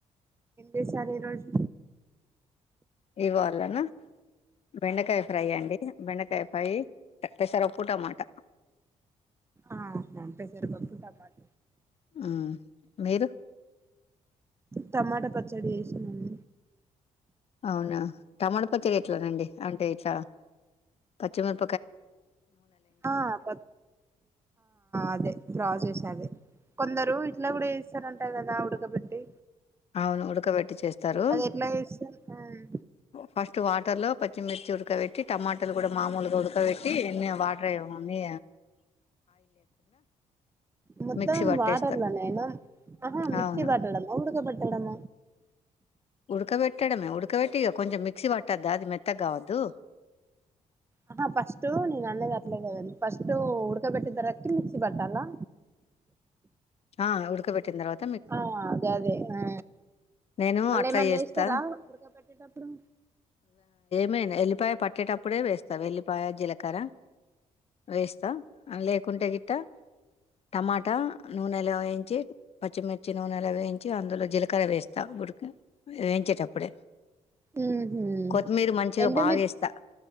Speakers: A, on the right (about 20°); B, on the left (about 50°).
A: ఏ సార్ ఈ రోజు
B: ఇవా లనా బెండకాయ ఫ్రై అండి బెండకాయ ఫ్రై పెసరప్పు టమాట
A: ఆ పేసర్ పప్పు టమాట
B: ఉమ్ మీరు
A: టమాటా పచ్చడి ఉమ్
B: అవునా టమాట పచ్చడి ఎట్లా అండి అంటే ఇట్లా పచ్చిమి ర్
A: ఆ <unintelligible> అదే డ్రా చేసనేన్ కొందరు ఇట్లా కూడా ఇస్తారంట కదా ఉడకబెట్టి
B: అవును ఉడకబెట్టి చేస్తారు
A: అది ఎట్లా చేస్తారు
B: ఫస్ట్ వా టర్లో పచ్చిమిర్చి ఉడకబెట్టి టమాటలు కూడా మామూలుగా ఉడకబెట్టి నీ వాటర్ వేయమని
A: మొత్తం
B: మిక్సీ పట్టేస్తారు
A: వాటర్ల నేనా వాటర్ల ఆహా మిక్సి
B: అవును
A: పట్టడం ఉడకబెట్ డమ
B: ఉడకబెట్టడమే ఉడకబెట్టిక కొంచెం మిక్సీ పట్టద్దా అది మెత్త కావద్దు
A: ఆహా ఫస్ట్టు నేను అన్నది గట్లే కదండి ఫస్ట్టు ఉుడ్కబెట్టి న తర్వాత మిక్సి బట్టాలా
B: ఆ ఉుడుకబట్టిందారవాత్
A: ఆగదే ఆ
B: నేను
A: అళ్ళ
B: అట్లా
A: ఏమన్నా
B: చేస్తా
A: వేస్తారా ఉడక పెట్టేటప్పుడు
B: మేనా ఎల్లిపాయ పట్టేటప్పుడే వేస్తావు వెల్లిపాయ జీలకర్ర వేస్తా లేకుంటే ట్ట టమాటా నూనెలో వేయించి పచ్చిమిర్చి నూనెలో వేయించి అందులో జీలకర్ర వేస్తా ఉడికి వేయించేటప్పుడే
A: ఉమ్ హు
B: కొత్తిమీర మంచిగా
A: ఎండుమిర్చి
B: బాగా వేస్తా